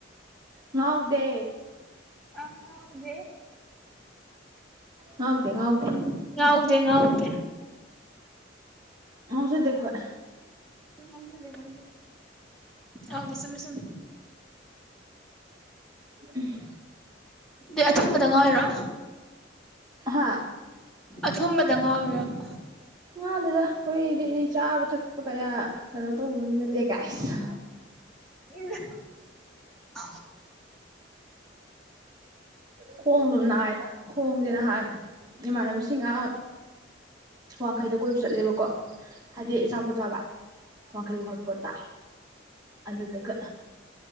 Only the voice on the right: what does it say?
ꯉꯥꯎꯗꯦ
ꯉꯥꯎꯗꯦ ꯉꯥꯎꯗꯦ
ꯉꯥꯎꯖꯗꯦ ꯑꯈꯣꯏ
ꯎꯝ
ꯍꯥ
ꯉꯥꯎꯗꯦꯗ ꯑꯩꯈꯣꯏꯗꯤ ꯆꯥꯕ ꯊꯛꯄ ꯀꯌꯥ ꯀꯩꯅꯣ ꯇꯧꯕ ꯃꯤ ꯅꯠꯇꯦ ꯀꯥꯏꯁ
ꯈꯣꯡ ꯑꯗꯨꯝ ꯅꯥꯏꯗ ꯈꯣꯡꯁꯦ ꯅꯍꯥꯟ ꯏꯃꯥꯟꯅꯕꯁꯤꯡꯒ ꯋꯥꯡꯈꯩꯗ ꯀꯣꯏꯕ ꯆꯠꯂꯦꯕꯀꯣ ꯍꯥꯏꯗꯤ ꯑꯆꯥꯄꯣꯠ ꯆꯥꯕ ꯋꯥꯡꯈꯩ ꯍꯣꯠꯄꯣꯠꯇ ꯑꯗꯨꯗꯨꯒ